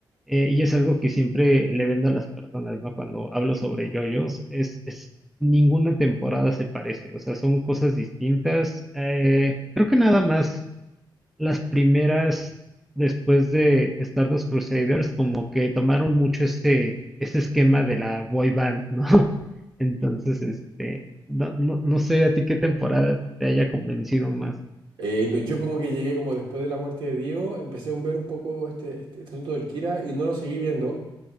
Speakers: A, in the centre; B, on the right.
A: Eh, y es algo que siempre le vendo a las personas, ¿no? Cuando hablo sobre JoJo's, es, es ninguna temporada se parece, o sea, son cosas distintas. Eh, creo que nada más las primeras, después de Stardust Crusaders, como que tomaron mucho ese, ese esquema de la boy band, ¿no? <laughs> Entonces, este, no, no, no sé a ti qué temporada te haya convencido más.
B: Eh, no, yo como que llegué como después de la muerte de Dio, empecé a ver un poco este, este, este asunto del Kira y no lo seguí viendo.